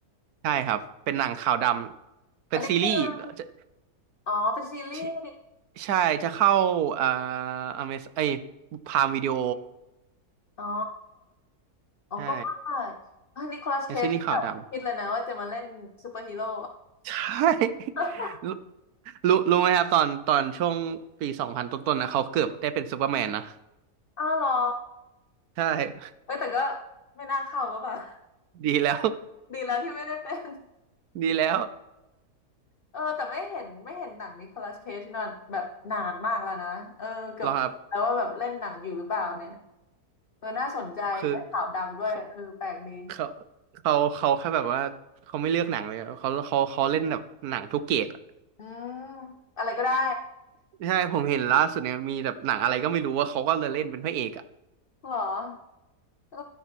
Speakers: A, on the right; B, on the left.
A: ใช่ครับเป็นหนังขาวดำเป็นซีรีส์จะ
B: <laughs> อันนี้คืออ๋อเป็นซีรีส์
A: ที่ใช่จะเข้าเอ่ออเมซไอพามวิดีโอ
B: อ๋ออ๋อก็ว่า
A: ใช่
B: เฮ้ยนิโคลัสเคจแบบไม่คิดเลยนะว่าจะมาเล่นซูเปอร์
A: เป็นซีรีส์ขาวด
B: <laughs> ฮีโร่
A: ใช่ <laughs>
B: <laughs>
A: รู้รู้รู้ไหมครับตอนตอนช่วงปีสองพันต้นๆนะเขาเกือบได้เป็นซูเปอร์แมนนะ
B: อ้าวเหรอ
A: ใช่
B: เอ้ยแต่ก็ไม่น่าเข้าก็แบบ
A: <laughs> ดีแล้ว
B: <laughs> ดีแล้วที่ไม่ได้เป็น
A: <laughs> ดีแล้ว
B: เออแต่ไม่เห็นไม่เห็นหนังนิโคลัสเคจนอนแบบนานมากแล้วนะเออเกือบแล้วว่าแบบเล่นหนังอยู่หรือเปล่าเนี่ย
A: เหรอครับ
B: เออน่าสนใจและขาวดำด้วยเออแปลกดี
A: คือเขาเขาเขาเขาแค่แบบว่าเขาไม่เลือกหนังเลยอะเขาเขาเขาเล่นแบบหนังทุกเกรดอะ
B: อืมอะไรก็ได้
A: ใช่ผมเห็นล่าสุดเนี่ยมีแบบหนังอะไรก็ไม่รู้ว่าเขาก็เลยเล่นเป็นพระเอกอ่ะ
B: <laughs> เหรอ เออ